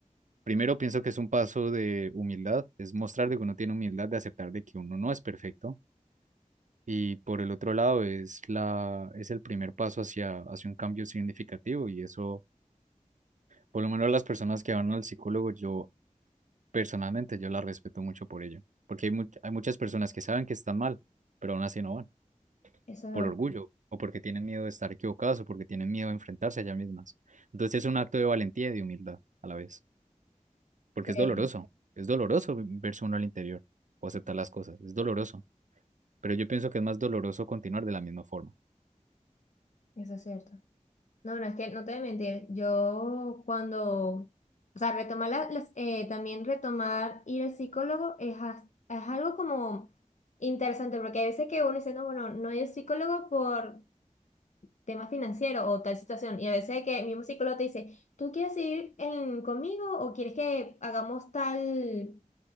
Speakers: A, on the right; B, on the left.
A: primero pienso que es un paso de humildad, es mostrar de que uno tiene humildad, de aceptar de que uno no es perfecto. Y por el otro lado, es la, es el primer paso hacia, hacia un cambio significativo y eso... Por lo menos las personas que van al psicólogo, yo Personalmente yo la respeto mucho por ello, porque hay, mu- hay muchas personas que saben que están mal, pero aún así no van,
B: eso es
A: por
B: verdad.
A: orgullo, o porque tienen miedo de estar equivocadas, o porque tienen miedo de enfrentarse a ellas mismas. Entonces es un acto de valentía y de humildad a la vez, porque
B: Sí,
A: es doloroso, es doloroso verse uno al interior o aceptar las cosas, es doloroso, pero yo pienso que es más doloroso continuar de la misma forma.
B: eso es cierto. No, no, es que no te voy a mentir. Yo cuando, o sea, retomar la- las, eh, también retomar ir al psicólogo es, as- es algo como interesante, porque hay veces que uno dice, no, bueno, no ir al psicólogo por tema financiero o tal situación, y a veces que el mismo psicólogo te dice, ¿tú quieres ir en- conmigo o quieres que hagamos tal?